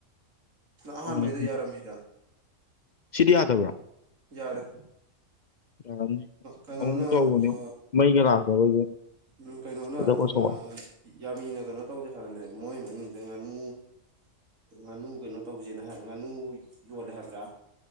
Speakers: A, on the right; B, on the left.
A: ꯅꯪ ꯑꯍꯥꯟꯕꯩꯗꯣ
B: ꯑꯣꯏꯅꯦ
A: ꯌꯥꯔꯝꯃꯤꯗ
B: ꯁꯤꯗꯤ ꯌꯥꯗꯕ꯭ꯔꯣ
A: ꯌꯥꯔꯦ
B: ꯌꯥꯔꯝꯅꯤ
A: ꯀꯩꯅꯣꯅ
B: ꯑꯃꯨꯛ ꯇꯧꯕꯅꯦ
A: ꯑ
B: ꯃꯩꯒ ꯂꯥꯛꯇꯕꯒꯤ
A: ꯎꯝ ꯀꯩꯅꫭꯅ
B: ꯈꯣꯏꯗꯧꯒ ꯁꯥꯎꯒꯠꯂꯦ
A: ꯑꯥ ꯌꯥꯃꯤꯅ ꯀꯩꯅꯣ ꯇꯧꯗꯦ ꯍꯥꯌꯕꯅꯦ ꯃꯣꯏ ꯃꯅꯤꯡꯗꯩ ꯉꯥꯅꯨ ꯉꯥꯅꯨ ꯀꯩꯅꯣ ꯇꯧꯁꯦꯅꯍꯥꯏ ꯉꯥꯅꯨ ꯌꯣꯜꯂꯦ ꯍꯥꯏꯕ꯭ꯔꯥ